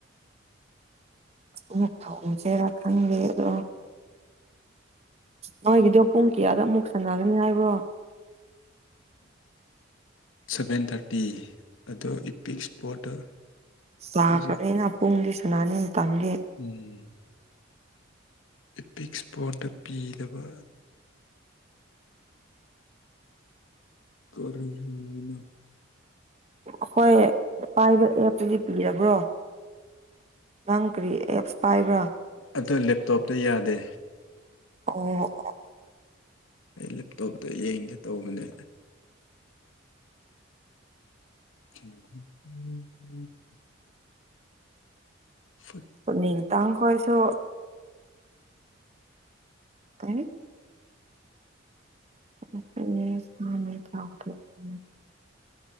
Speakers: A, on the right; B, on the left.
A: ꯑꯃꯨꯛ ꯊꯣꯡꯁꯤꯔꯥ ꯈꯪꯗꯦ ꯑꯗꯣ ꯅꯣꯏꯒꯤꯗ‌ꯣ ꯄꯨꯡ ꯀꯌꯥꯗ ꯑꯃꯨꯛ ꯁꯥꯅꯒꯅꯤ ꯍꯥꯏꯕ꯭ꯔꯣ
B: ꯁꯚꯦꯟ ꯊꯥꯔꯇꯤ ꯑꯗꯣ ꯏꯄꯤꯛ ꯏꯁꯄꯣꯔꯠꯇ
A: ꯄꯂꯥꯛ
B: ꯍꯧꯖꯤꯛ
A: ꯄꯔꯦꯅ ꯄꯨꯡꯒꯤ ꯁꯅꯥꯅꯤꯡ ꯃꯇꯝꯗꯤ
B: ꯎꯝ ꯏꯄꯤꯛ ꯏꯁꯄꯣꯠꯇ ꯄ‌ꯦꯂꯕ ꯀꯔꯤꯅ‌ꯣ ꯅꯤ
A: ꯑꯈꯣꯏ ꯄꯥꯏꯕ ꯑꯦꯞ ꯇꯨꯗꯤ ꯄꯤꯌꯕ꯭ꯔꯣ ꯅꯪ ꯀꯔꯤ ꯑꯦꯞꯁ ꯄꯥꯏꯕ꯭ꯔꯥ
B: ꯑꯗꯨ ꯂꯦꯕꯇꯣꯞꯇ ꯌꯥꯗꯦ
A: ꯑꯣ ꯑꯣ
B: ꯑꯩ ꯂꯦꯕꯇꯣꯞꯇ ꯌꯦꯡꯒꯦ ꯇꯧꯕꯅꯦ <unintelligible> ꯐꯨꯠ
A: ꯎꯅꯤꯡ ꯇꯥꯡ ꯈꯣꯏꯁꯨ ꯀꯩ <unintelligible>